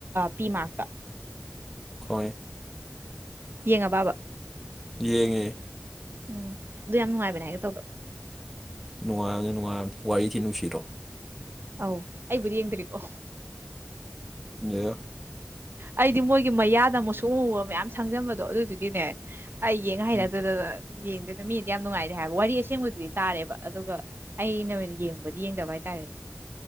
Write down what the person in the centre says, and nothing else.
ꯑꯩꯣꯏ
ꯌꯦꯡꯉꯦ
ꯅꯨꯡꯉꯥꯏꯔꯝꯅꯤ ꯅꯨꯡꯉꯥꯏꯔꯕꯅꯤ ꯋꯥꯔꯤ ꯊ ꯅꯨꯡꯁꯤꯔꯣ
ꯌꯦ
ꯎꯝ